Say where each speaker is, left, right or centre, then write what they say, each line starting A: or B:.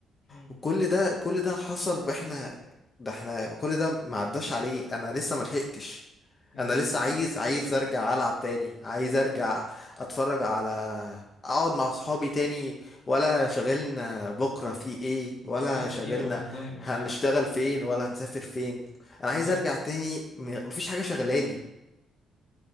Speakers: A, on the left; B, on the left.
A: مم.
B: وكل ده كل ده حصل واحنا ده احنا كل ده ما عداش عليه انا لسه ما لحقتش
A: مهم.
B: انا لسه عايز
A: دي حقيقه
B: عايز ارجع العب تاني عايز ارجع اتفرج على اقعد مع صحابي تاني ولا شغلنا بكرة في ايه ولا
A: دي حقيقه
B: شغلنا
A: والله معاك
B: هنشتغل
A: حق
B: فين ولا هنسافر فين انا
A: معاك
B: عايز ارجع تاني م- مفيش حاجة شغلاني